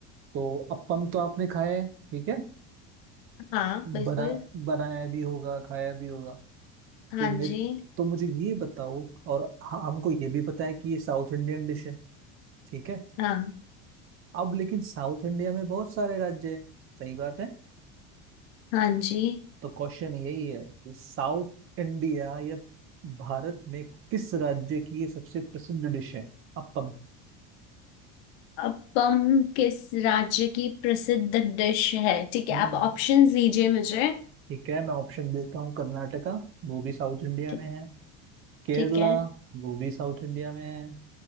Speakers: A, on the right; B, on the left.
A: तो अप्पम तो आपने खाया है ठीक है
B: हाँ बिल्कुल
A: बना बनाया भी होगा खाया भी होगा
B: हाँ
A: तो ये मेरे
B: जी
A: तो मुझे ये बताओ और ह- हमको ये भी पता है कि ये साउथ इंडियन डिश है ठीक है
B: हाँ
A: अब लेकिन साउथ इंडिया में बहुत सारे राज्य हैं सही बात है
B: हाँ जी
A: तो क्वेश्चन यही है कि साउथ इंडिया या भारत में किस राज्य की ये सबसे प्रसिद्ध डिश है अप्पम
B: अब पम किस राज्य की प्रसिद्ध डिश है ठीक है
A: हम्म
B: आप ऑप्शंस दीजिए मुझे
A: ठीक है मैं ऑप्शन देता हूँ कर्नाटका वो भी साउथ इंडिया
B: ठीक
A: में है केरला
B: ठीक है
A: वो भी साउथ इंडिया में है